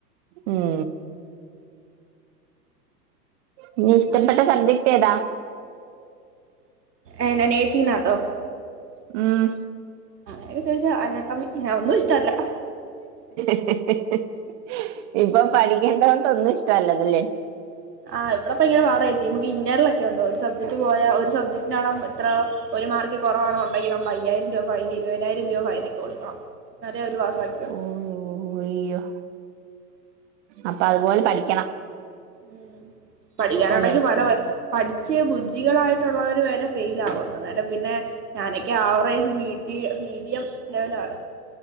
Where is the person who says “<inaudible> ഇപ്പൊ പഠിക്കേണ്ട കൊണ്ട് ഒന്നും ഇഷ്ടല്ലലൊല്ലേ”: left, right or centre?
Right